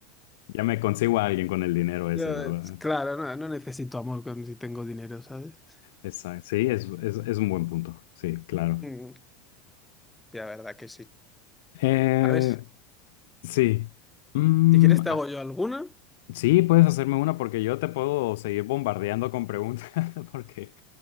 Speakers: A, on the left (about 75°); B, in the centre.
A: Ya me consigo a alguien con el dinero ese,
B: Yo,
A: ¿verdad?
B: es- claro, no, no necesito amor con si tengo dinero, ¿sabes?
A: Exacto. Sí, es, es, es un buen punto. Sí, claro.
B: Mm, ya, verdad que sí.
A: Eh,
B: A ver, si
A: sí. Mm,
B: si quieres te hago yo alguna.
A: Sí, puedes hacerme una porque yo te puedo seguir bombardeando con preguntas <laughs> porque,